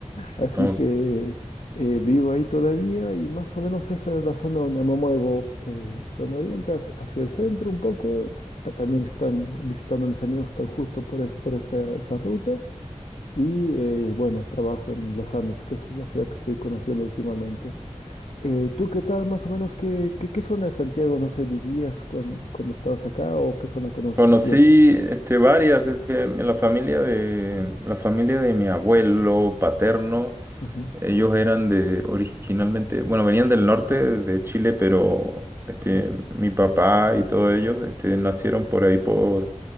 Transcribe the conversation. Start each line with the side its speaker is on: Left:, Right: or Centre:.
Left: Así
Right: Oh.
Left: que eh, vivo ahí todavía y más o menos esa es la zona donde me muevo, eh, zona oriente hacia, hacia el centro un poco. También están visitando a mis amigos tan justo por, es- por esa, esa ruta. Y eh, bueno, trabajo en Los Andes, que es la ciudad que estoy conociendo últimamente. Eh, ¿tú qué tal, más o menos, qué, qué, qué zona de Santiago, no sé, vivías cuan- cuando, estabas acá o qué zona conoces
Right: Conocí
Left: bien?
Right: este, varias, este, la familia de, la familia de mi abuelo paterno,
Left: Ujú,
Right: ellos eran de originalmente, bueno, venían del norte de Chile, pero este,
Left: ujú.
Right: mi papá y todos ellos este, nacieron por ahí, por,